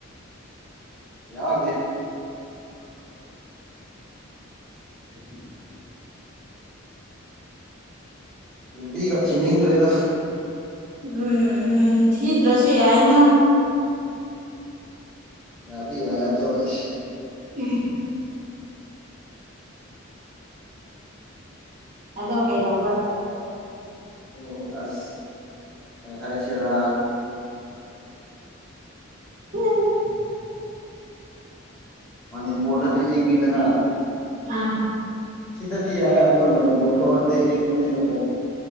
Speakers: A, in the centre; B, on the right.
A: ꯌꯥꯎꯗꯦ
B: <unintelligible>
A: ꯅꯨꯄꯤꯒ ꯊꯤ ꯅꯤꯡꯗꯔꯦꯗ
B: ꯎꯝ ꯎꯝ ꯊꯤꯗ꯭ꯔꯁꯨ ꯌꯥꯏꯅ
A: ꯌꯥꯔꯤ ꯌꯥꯗꯣ ꯑꯁ
B: ꯎꯝ ꯑꯗꯣ ꯀꯩꯗꯎꯕꯔꯦ
A: ꯑꯣ ꯑꯁ ꯍꯥꯏꯥꯏꯆꯦꯔꯥ
B: ꯎꯝ
A: ꯃꯅꯤꯄꯨꯔꯗꯗꯤ ꯏꯡꯉꯤꯗꯅ
B: ꯑꯥ
A: ꯁꯤꯗꯗꯤ ꯌꯥꯏ ꯑꯣ ꯃꯅꯤꯄꯨꯔ ꯊꯣꯛꯑꯗꯤ ꯏꯪꯕꯅꯤ ꯑꯗꯨ